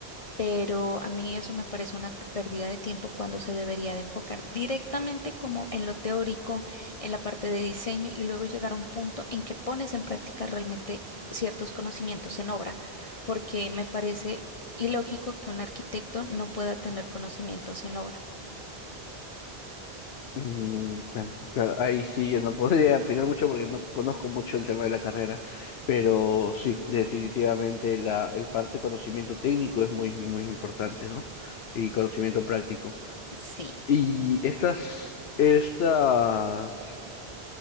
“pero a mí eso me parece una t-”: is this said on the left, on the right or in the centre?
Left